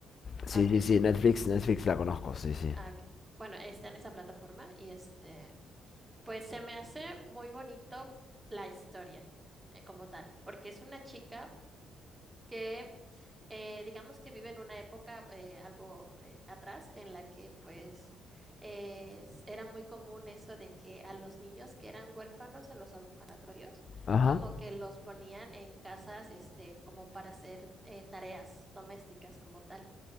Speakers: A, on the left; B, on the right.
A: Sí,
B: Ah, Ok,
A: sí, sí, Netflix, Netflix la conozco, sí, sí.
B: ah, ok. Bueno, está en esa plataforma y este, pues se me hace muy bonito la historia eh, como tal, porque es una chica que eh, digamos que vive en una época eh, algo eh, atrás en la que pues eh, s- era muy común eso de que a los niños que eran huérfanos en los orfanatorios,
A: Ajá.
B: como que los ponían en casas este, como para hacer eh, tareas domésticas como tal,